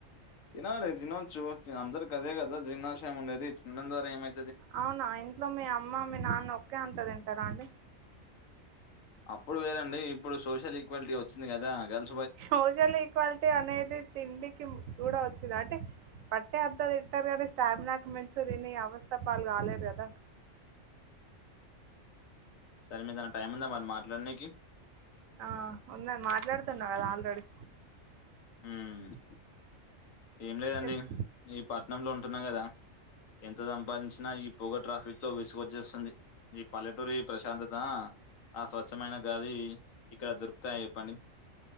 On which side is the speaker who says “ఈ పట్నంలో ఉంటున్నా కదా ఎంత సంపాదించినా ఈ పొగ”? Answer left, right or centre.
Left